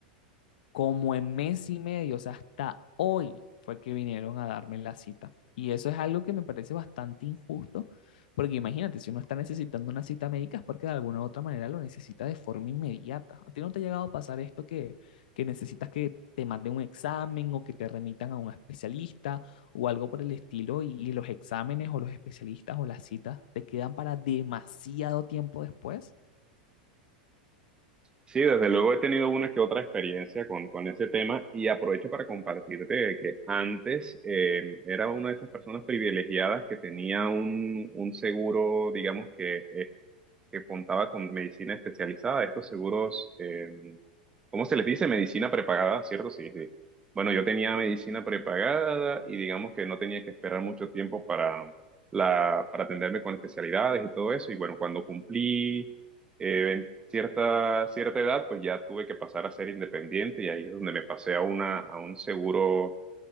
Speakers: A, on the left; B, on the right.
A: como en mes y medio, o sea, hasta hoy fue que vinieron a darme la cita. Y eso es algo que me parece bastante injusto, porque imagínate, si uno está necesitando una cita médica es porque de alguna u otra manera lo necesita de forma inmediata. ¿A ti no te ha llegado a pasar esto que, que necesitas que te manden un examen o que te remitan a un especialista o algo por el estilo y, y los exámenes o los especialistas o las citas te quedan para demasiado tiempo después?
B: Sí, desde luego he tenido una que otra experiencia con, con ese tema y aprovecho para compartirte de que antes eh, era una de esas personas privilegiadas que tenía un, un seguro, digamos que, eh, que contaba con medicina especializada, estos seguros, eh, ¿cómo se les dice? Medicina prepagada, ¿cierto? Sí, sí. Bueno, yo tenía medicina prepagada y digamos que no tenía que esperar mucho tiempo para, la, para atenderme con especialidades y todo eso y bueno, cuando cumplí... Eh, cierta, cierta edad, pues ya tuve que pasar a ser independiente y ahí es donde me pasé a una, a un seguro